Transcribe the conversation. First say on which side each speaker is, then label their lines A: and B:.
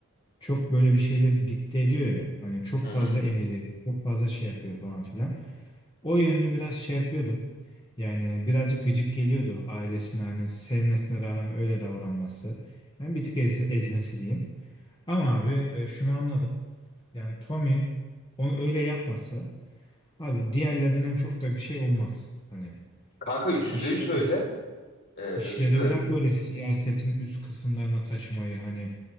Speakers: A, on the left; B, on the left.
A: çok böyle bir şeyleri dikte ediyor ya. Hani çok
B: Hı
A: fazla
B: hı.
A: emir veriyor, çok fazla şey yapıyor falan filan. O yönünü biraz şey yapıyordum. Yani birazcık gıcık geliyordu ailesine hani sevmesine rağmen öyle davranması. Yani bir tık ez- ezmesi diyeyim. Ama abi e, şunu anladım. Yani Tommy o öyle yapmasa Abi diğerlerinden çok da bir şey olmaz. Hani
B: Kanka yüzde
A: işleri
B: yüz öyle. Ee, özür
A: işleri
B: dilerim.
A: bırak böyle siyasetin üst kısımlarına taşımayı hani